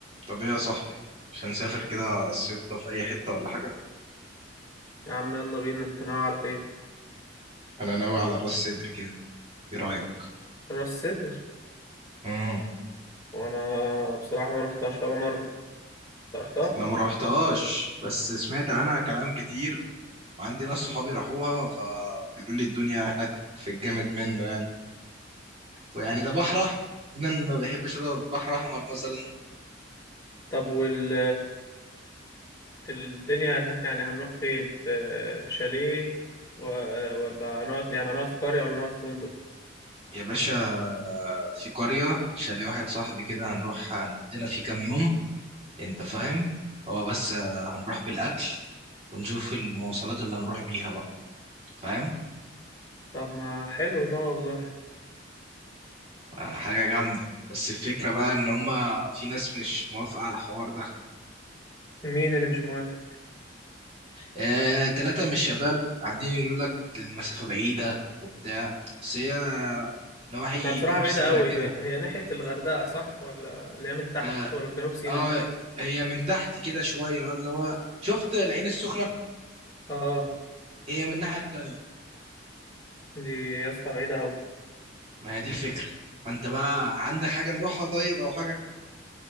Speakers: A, on the right; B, on the left.
A: طب ايه يا صاحبي مش هنسافر كده الصيف ده في اي حتة ولا حاجة
B: يا عم يلا بينا انت ناوي على فين
A: انا ناوي على راس سدر كده ايه رأيك
B: راس سدر
A: امم
B: وانا بصراحه ما رحتهاش ولا مره انت رحتها
A: انا ما روحتهاش بس سمعت عنها كلام كتير وعندي ناس صحابي راحوها فبيقولوا لي الدنيا هناك في الجامد منه يعني ويعني ده بحر احمر مين أنا ما بيحبش البحر احمر مثلا
B: طب وال الدنيا هناك يعني هنروح فين في شاليه و... ولا نقعد يعني هنقعد في قريه ولا نقعد في فندق
A: يا باشا في قرية شاليه واحد صاحبي كده هنروح هنقضينا فيه كام يوم انت فاهم هو بس هنروح بالاكل ونشوف المواصلات اللي هنروح بيها بقى فاهم
B: طب ما حلو ده والله
A: آه، حاجة جامدة بس الفكرة بقى إن هما في ناس مش موافقة على الحوار ده
B: مين اللي مش موافق
A: آه، تلاتة من الشباب قاعدين يقولوا لك المسافة بعيدة وبتاع بس هي نواحي
B: انا بصراحه
A: جنوب
B: بعيده
A: سيناء
B: قوي
A: كده
B: هي... هي ناحيه الغردقه صح ولا اللي هي من تحت
A: آه,
B: ولا في جنوب سيناء
A: آه هي من تحت كده شوية آه، اللي هو شفت العين السخنة
B: اه
A: هي من الناحية التانية
B: دي يا اسطى بعيده قوي
A: ما هي دي الفكرة فأنت بقى عندك حاجة نروحها طيب أو حاجة